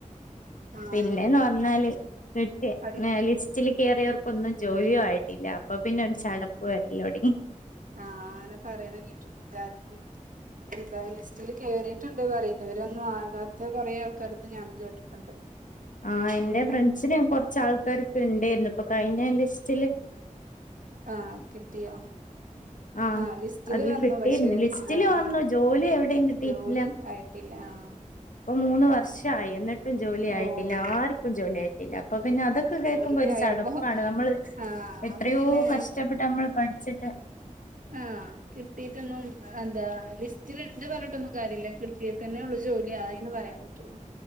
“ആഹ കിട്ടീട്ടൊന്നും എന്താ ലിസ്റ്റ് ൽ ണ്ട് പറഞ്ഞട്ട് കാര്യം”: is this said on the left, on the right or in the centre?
Right